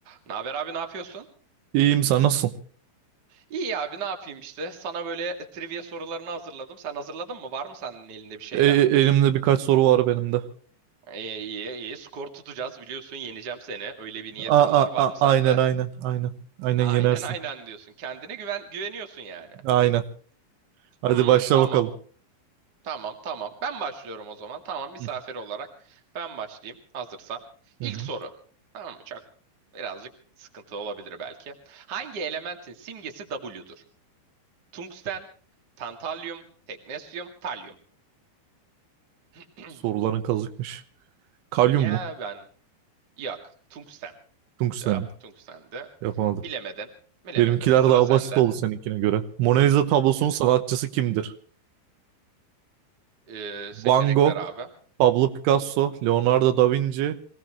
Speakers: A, on the right; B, on the right.
A: Ne haber abi ne yapıyorsun?
B: İyiyim sen nasılsın?
A: İyi abi ne yapayım işte. Sana böyle trivia sorularını hazırladım. Sen hazırladın mı? Var mı senin elinde bir şeyler?
B: E- e- elimde birkaç soru var benim de.
A: İyi iyi iyi. Skor tutacağız biliyorsun. Yeneceğim seni. Öyle bir
B: A
A: niyetim
B: a
A: var. Var
B: a
A: mı sende?
B: aynen aynen aynen. Aynen
A: Aynen
B: yenersin.
A: aynen diyorsun. Kendine güven güveniyorsun yani.
B: Aynen. Hadi
A: Hmm,
B: başla
A: tamam.
B: bakalım.
A: Tamam tamam. Ben başlıyorum o zaman. Tamam misafir
B: Hı
A: olarak ben başlayayım hazırsam.
B: hı.
A: İlk
B: hı.
A: soru. Tamam mı? Çok birazcık sıkıntı olabilir belki. Hangi elementin simgesi W'dur? Tungsten, tantalyum, teknesyum, talyum. <clears throat>
B: Soruların kazıkmış. Kalyum
A: Ya
B: mu?
A: ben yok. Tungsten.
B: Tungsten.
A: Cevap
B: mi?
A: tungstendi.
B: Yapamadım.
A: Bilemedin. Bilemedin.
B: Benimkiler
A: Sıra
B: daha
A: sende.
B: basit oldu seninkine
A: <clears throat>
B: göre. Mona Lisa tablosunun sanatçısı kimdir?
A: Ee, seçenekler
B: Van Gogh,
A: abi.
B: Pablo Picasso, Leonardo da Vinci,